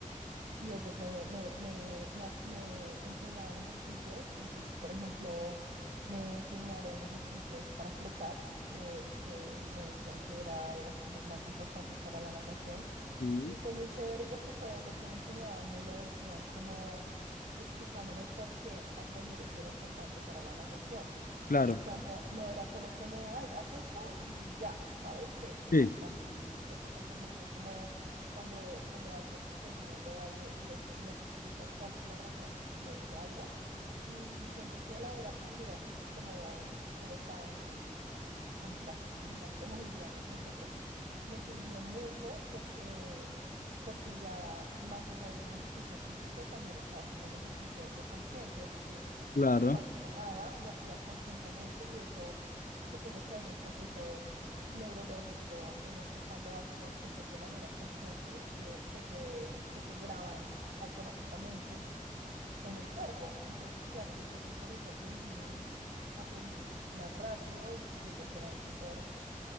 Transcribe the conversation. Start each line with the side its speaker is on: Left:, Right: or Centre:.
Right: y ellos me, me, me, me as- me enseñaban ejercicios. Entonces, por ejemplo, me enseñaron ejercicios para flotar, que, que me decían que era de las cosas más importantes para la natación.
Left: Ujú.
Right: Y fue muy chévere porque todo lo que me enseñaban me lo decían como explicándome por qué aprender eso era importante para la natación.
Left: Claro,
Right: O sea, no, no era solo como, ay, haz esto y ya, ¿sabes? Que, que,
Left: sí,
Right: que también eso pasa mucho, como cuando, cuando alguien te está enseñando algo y es que no te explica cuál es la razón de ese algo. Y siento que el haber aprendido así, como, como tan con plastilina, como <laughs> diríamos nosotros, me sirvió mucho porque, porque ya más allá de un ejercicio físico, también estaba haciendo un ejercicio de conciencia, es decir,
Left: claro.
Right: que cuando Ujú. nadaba lo hacía conscientemente y eso supongo que hay un proceso neurológico en el que cuando haces las cosas de manera consciente, eh, se te, se te graban automáticamente en el cuerpo. Entonces, claro, yo creo que por eso aprendí, aprendí más rápido y pues ellos eran súper,